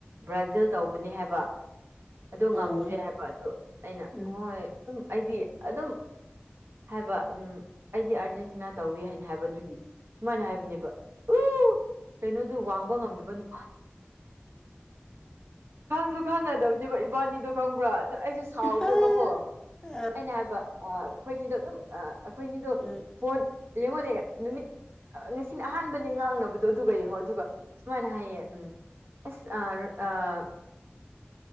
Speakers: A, on the right; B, on the left.
A: ꯕ꯭ꯔꯥꯖꯤꯜ ꯇꯧꯕꯅꯤ ꯍꯥꯏꯕ ꯑꯗꯨ ꯉꯝꯗ꯭ꯔꯦ
B: ꯑꯣ
A: ꯍꯥꯏꯕ ꯑꯗꯨ ꯑꯩꯅ
B: ꯎꯝ ꯎꯝ
A: ꯍꯣꯏ ꯑꯗꯨꯝ ꯑꯩꯗꯤ ꯑꯗꯨꯝ ꯍꯥꯏꯕ ꯎꯝ ꯑꯩꯗꯤ ꯑꯥꯔꯖꯦꯟꯇꯤꯅꯥ ꯇꯧꯏ ꯍꯥꯏꯅ ꯍꯥꯏꯕ ꯑꯗꯨꯒꯤ ꯃꯥꯅ ꯍꯥꯏꯕꯅꯦꯕ ꯎ ꯀꯩꯅꯣꯗꯨ ꯋꯥꯡꯕ ꯉꯝꯗꯕ ꯅꯨꯄꯥ ꯈꯪꯁꯨ ꯈꯪꯅꯗꯕꯅꯦꯕ ꯏꯕꯥꯟꯅꯤꯗꯣ ꯈꯪꯕ꯭ꯔꯥ ꯑꯗꯨꯗ ꯑꯩꯁꯦ ꯁꯥꯎꯒꯦꯕꯀꯣ
B: ꯎꯝ ꯎꯝ
A: ꯑꯩꯅ ꯍꯥꯏꯕ ꯑꯥ ꯑꯩꯈꯣꯏꯅꯤꯗꯣ ꯑꯗꯨꯝ ꯑꯥ ꯑꯩꯈꯣꯏꯅꯤꯗꯣ
B: ꯎꯝ
A: ꯐꯣꯟ ꯌꯦꯡꯉꯣꯅꯦ ꯅꯨꯃꯤꯠ ꯉꯁꯤꯅꯦ ꯑꯍꯥꯟꯕꯅꯦ ꯉꯥꯡꯅꯕꯗꯣ ꯑꯗꯨꯒ ꯌꯦꯡꯉꯣ ꯑꯗꯨꯒ ꯁꯨꯃꯥꯏꯅ ꯍꯥꯏꯌꯦ ꯎꯝ <unintelligible>